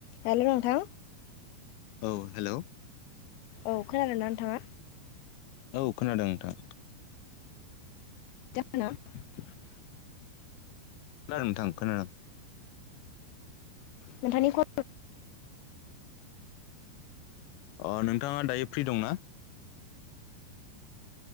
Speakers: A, on the left (about 70°); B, on the left (about 80°).
A: Hello नोंथां
B: औ hello
A: औ खोनादों ना नोंथांङा?
B: औ खोनादों नोंथां
A: <unintelligible>
B: खोनादों नोंथां खोनादों।
A: नोंथांनि <unintelligible>
B: अ नोंथांङा दायो फ्रि दंना?